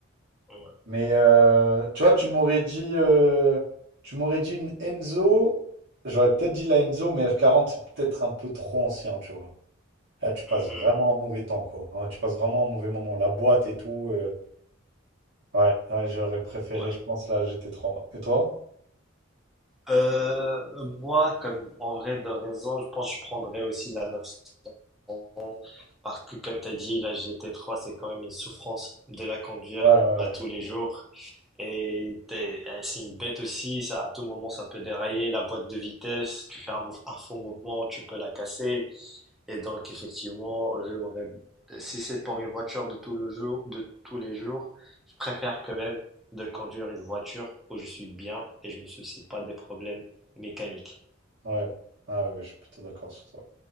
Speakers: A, in the centre; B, on the right.
A: Ouais.
B: Mais euh, tu vois, tu m'aurais dit, euh, tu m'aurais dit une Enzo. J'aurais peut-être dit la Enzo, mais f quarante c'est peut-être un peu trop ancien, tu vois. Là, tu passes
A: Mhm.
B: vraiment un mauvais temps, quoi. Hein, tu passes vraiment un mauvais moment. La boîte et tout. euh, Ouais, ouais, j'aurais préféré,
A: Ouais.
B: je pense, la gt trois Et toi?
A: Euh, moi, comme en vrai de raison, je pense que je prendrais aussi la 911 parce que, comme tu as dit, la GT3, c'est quand même une souffrance de la conduire
B: Ouais, ouais,
A: à
B: ouais.
A: tous les jours. Et t'es- eh, c'est une bête aussi, ça, à tout moment, ça peut dérailler, la boîte de vitesse, tu fais un, mou- un faux mouvement, tu peux la casser. Et donc, effectivement, j'aurais, si c'est pour une voiture de tout le jour, de tous les jours, je préfère quand même de conduire une voiture où je suis bien et je me soucie pas des problèmes mécaniques.
B: Ouais, Ah ouais, je suis plutôt d'accord sur ça.